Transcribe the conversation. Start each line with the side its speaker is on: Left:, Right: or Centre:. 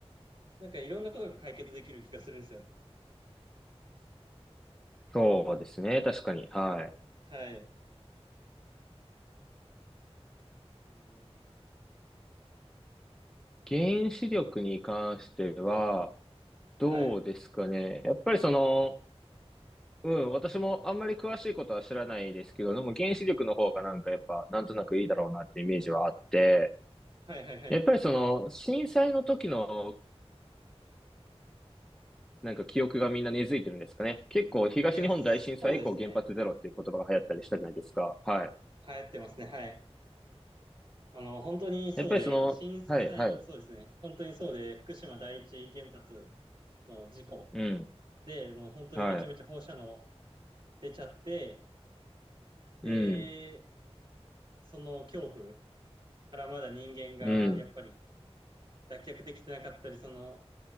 Right: なんかいろんなことが解決できる気がするんですよね。
Centre: そうですね。確かに。はい。
Right: はい。うん、
Centre: 原子力に関しては、どうですかね。
Right: はい。
Centre: やっぱりその、うん、私もあんまり詳しいことは知らないですけど、でも原子力の方がなんかやっぱ、なんとなくいいだろうなっていうイメージはあって、
Right: はいはいはい。
Centre: やっぱりその、震災の時のなんか記憶がみんな根付いてるんですかね。結構東日本大震災以降原発ゼロっていう言葉が流行ったりしたじゃないですか。
Right: いや、そうですね。
Centre: はい。
Right: 流行ってますね。はい。あの、本当にそうで、
Centre: やっぱりその、
Right: 震災、
Centre: はい、はい。
Right: そうですね。本当にそうで、福島第一原発の事故
Centre: うん。
Right: で、もう本当にめちゃめちゃ放射能
Centre: はい。
Right: 出ちゃって、で、
Centre: うん。
Right: その恐怖からまだ人間がやっぱり
Centre: うん。
Right: 脱却できてなかったり、その